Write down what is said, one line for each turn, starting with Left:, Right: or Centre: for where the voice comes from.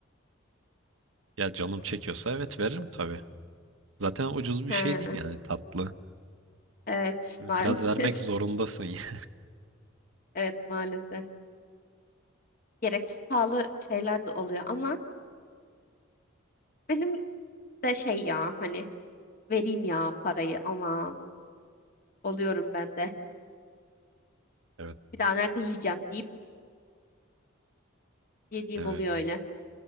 Right: Ya canım çekiyorsa evet veririm tabii. Zaten ucuz bir
Left: Ha,
Right: şey değil yani tatlı.
Left: evet
Right: Biraz
Left: maalesef.
Right: vermek zorundasın.
Left: <laughs>
Right: <laughs>
Left: Evet maalesef. Gereksiz pahalı şeyler de oluyor ama benim de şey ya hani vereyim ya parayı aman oluyorum ben de.
Right: Evet,
Left: Bir daha nerede yiyeceğim deyip yediğim
Right: evet.
Left: oluyor öyle.